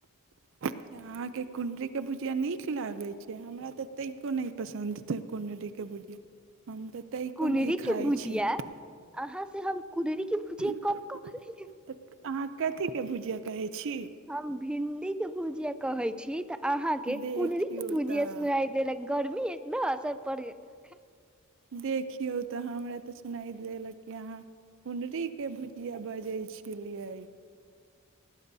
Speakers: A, on the right; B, in the centre.
A: अच्छा अहाँके कुण्डरीके भुजिया नीक लागैत छै हमरा तऽ तैको नहि पसन्द छै कुण्डरीके भुजिया हम तऽ तनिको
B: कुण्डरी
A: नहि
B: के
A: खाइ
B: भुजिया
A: छी
B: अहाँ से हम कुण्डरी के भुजिया
A: तऽ
B: कब कहली
A: अहाँ कथीके भुजिया कहै छी
B: हम भिंडी के भुजिया कहै छी तऽ अहाँके
A: देखियौ
B: कुंडरी के भुजिया
A: तऽ
B: सुनाइ देलक गर्मी एतना असर पड़े य
A: देखियौ तऽ हमरा तऽ सुनाइ देलक कि अहाँ कुणडरी के भुजिया बजै छलियै